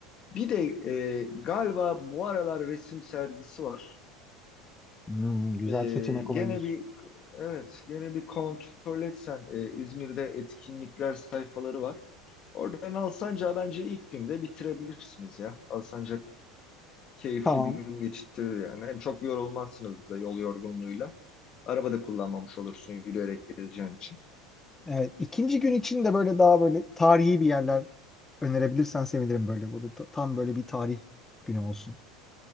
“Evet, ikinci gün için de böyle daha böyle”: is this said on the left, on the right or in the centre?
Left